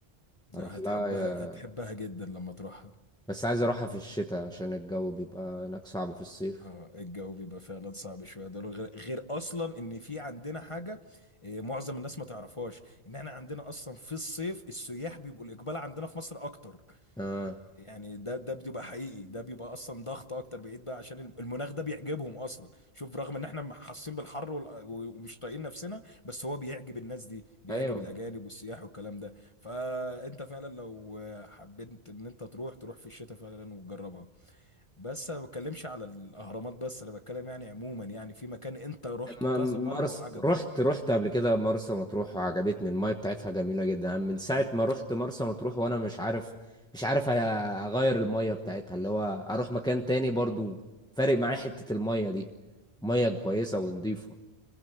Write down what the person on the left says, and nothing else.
ده
هتحبها
هتحبها جدا لما تروحها
اه الجو بيبقى فعلا صعب شويه ده غير غير اصلا ان في عندنا حاجه آه، معظم الناس ما تعرفهاش ان احنا عندنا اصلا في الصيف السياح بيبقوا الاقبال عندنا في مصر اكتر
يعني ده ده بيبقى حقيقي ده بيبقى اصلا ضغط اكتر بعيد بقى عشان الم- المناخ ده بيعجبهم اصلا شوف رغم ان احنا حاسين بالحر وال- و- ومش طايقين نفسنا بس هو بيعجب الناس دي بيعجب
الاجانب والسياح والكلام ده فانت فعلا لو آه، حبيت ان انت تروح تروح في الشتاء فعلا وتجربها بس انا ما بتكلمش على الاهرامات بس انا بتكلم يعني عموما يعني في مكان انت رحته
كذا
مره وعجبك
اه